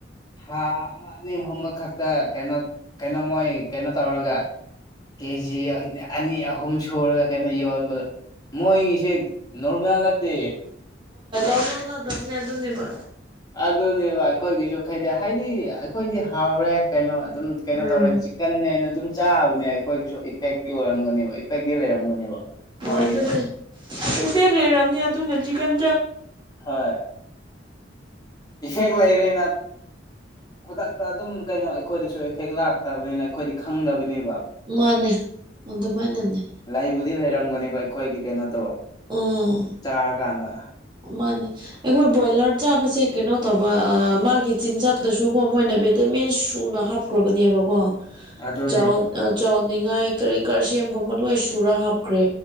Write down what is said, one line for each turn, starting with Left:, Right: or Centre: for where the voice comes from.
Left: ꯊꯥ ꯑꯃ ꯑꯅꯤ ꯑꯨꯝꯕ ꯈꯛꯇ ꯀꯩꯅꯣ ꯀꯩꯅꯣ ꯃꯣꯏ ꯀꯩꯅꯣ ꯇꯧꯔꯒ ꯀꯦꯖꯤ ꯑꯅꯤ ꯑꯍꯨꯝ ꯁꯨꯔꯒ ꯀꯩꯅꯣ ꯌꯣꯟꯕꯗꯣ ꯃꯣꯏꯒꯤꯁꯦ ꯅꯣꯔꯃꯦꯜ ꯂꯇꯦ
Right: ꯑꯣꯂ <unintelligible> ꯑꯣꯂꯗꯝꯅꯦ ꯑꯗꯨꯅꯦꯕ
Left: ꯑꯗꯨꯅꯦꯕ ꯑꯩꯈꯣꯏꯒꯤꯁꯨ ꯈꯩꯗꯩ ꯍꯥꯏꯗꯤ ꯑꯩꯈꯣꯏꯗꯤ ꯍꯥꯎꯔꯦ ꯀꯩꯅꯣ ꯑꯗꯨꯝ ꯀꯩꯅꯣ
Right: ꯎꯝ
Left: ꯇꯧꯔꯦ ꯆꯤꯛꯀꯟꯅꯦꯅ ꯑꯗꯨꯝ ꯆꯥꯕꯅꯦ ꯑꯩꯈꯣꯏꯒꯤꯁꯨ ꯏꯐꯦꯛꯇꯤ ꯑꯣꯏꯔꯝꯒꯅꯦꯕ ꯏꯐꯦꯛꯇꯤ ꯂꯩꯔꯝꯒꯅꯦꯕ
Right: ꯍꯣꯏ
Left: ꯃꯣꯏꯒꯤꯗꯣ
Right: ꯑꯗꯨꯅꯦ ꯑꯦ ꯐꯦꯛ ꯂꯩꯔꯝꯅꯤ ꯑꯗꯨꯅ ꯆꯤꯛ ꯀꯟ
Left: ꯍꯣꯏ ꯏꯐꯦꯛ ꯂꯩꯔꯦꯅ ꯈꯨꯗꯛꯇ ꯑꯗꯨꯝ ꯀꯩꯅꯣ ꯑꯩꯈꯣꯏꯗꯁꯨ ꯏꯐꯦꯛ ꯂꯥꯛ ꯐꯠꯇꯕꯅꯤꯅ ꯑꯩꯈꯣꯏꯗꯤ ꯈꯪꯗꯕꯅꯦ
Right: ꯃꯥꯅꯦ ꯑꯗꯨꯃꯥꯏꯅꯅꯦ
Left: ꯂꯩꯕꯨꯗꯤ ꯂꯩꯔꯝꯒꯅꯤꯕ ꯑꯩꯈꯣꯏꯒꯤ ꯀꯩꯅꯣꯗꯣ
Right: ꯎꯝ
Left: ꯆꯥꯔꯀꯥꯟꯗ
Right: ꯃꯥꯅꯦ ꯑꯩꯈꯣꯏ ꯕꯣꯏꯂꯔ ꯆꯥꯕꯁꯦ ꯀꯩꯅꯣ ꯇꯧꯕ ꯃꯥꯒꯤ ꯆꯤꯟꯖꯥꯛꯇꯁꯨ ꯀꯣ ꯃꯣꯏꯅ ꯚꯦꯇꯃꯤꯟ ꯁꯨꯅ ꯍꯥꯞꯈ꯭ꯔꯕꯅꯦꯕꯀꯣ
Left: ꯑꯗꯨꯅꯦ
Right: ꯆꯥꯎ ꯆꯧꯅꯤꯡꯉ ꯀꯔꯤ ꯀꯔꯁꯤ ꯌꯥꯝꯦꯝꯒꯨꯝꯃꯜ ꯂ ꯆꯨꯔ ꯍꯥꯞꯈ꯭ꯔꯦ